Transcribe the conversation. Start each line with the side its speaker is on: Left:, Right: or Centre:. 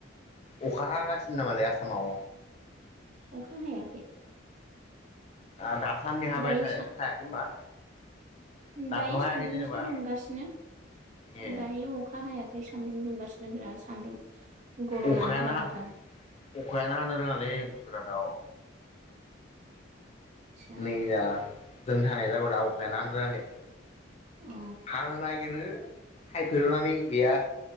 Left: अखा हागासिनो नामालै आसामाव
Right: अखा हायाखै
Left: आ दा सान्दि हाबाय
Right: दायो
Left: थाय
Right: सा
Left: थायाखै होनबा दाथ'
Right: दायो
Left: हायाखै
Right: सान्दुंसो
Left: जेनेबा
Right: दुंगासिनो
Left: ए
Right: अ दायो अखा हायाखै सान्दुं दुंगासिनो बिराद सान्दुं गरमानो
Left: अखायानो
Right: बाराथार
Left: अखायानो हानो रोङालै गुजरातआव
Right: आदसा
Left: नै जा जों थानाय जायगायाव दा अखायानो हानो रोङाखै
Right: अ
Left: हानो नागिरो थायफेर'नानै गैया